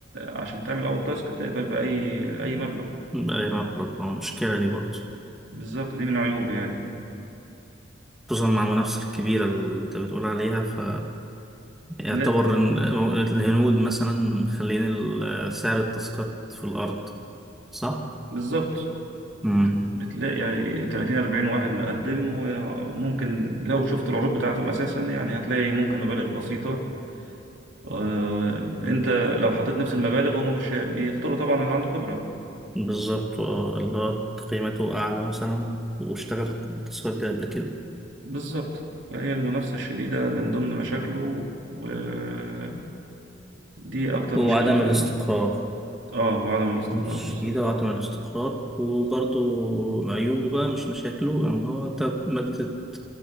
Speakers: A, on the right; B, in the centre.
A: عشان تعمل أول تاسك تقبل بأي أي مبلغ
B: بقى مبلغ اه المشكله دي برضه
A: بالظبط دي من عيوبه يعني
B: خصوصا مع المنافسه الكبيره اللي انت بتقول عليها ف
A: بتلاقي
B: يعتبر إن الهنود مثلا مخلين ال- سعر التاسكات في الارض صح
A: بالظبط
B: امم
A: بت- بتلاقي يعني 30 40 واحد مقدم وممكن لو شفت العروض بتاعتهم أساسا يعني هتلاقي ممكن مبالغ بسيطة آه، أنت لو حطيت نفس المبالغ هما مش هي- بيختاروا طبعا اللي عنده خبرة
B: بالظبط آه، اللي هو قيمته اعلى مثلا واشتغل التاسكات دي قبل كده
A: بالظبط فهي المنافسة الشديدة من ضمن مشاكله ودي أكتر
B: وعدم
A: مشكلة فعلا
B: الاستقرار
A: اه وعدم الاستقرار
B: شديدة
A: بالظبط
B: وعدم الاستقرار وبرضو عيوبه بقى مش مشاكله إن هو أنت ما بتت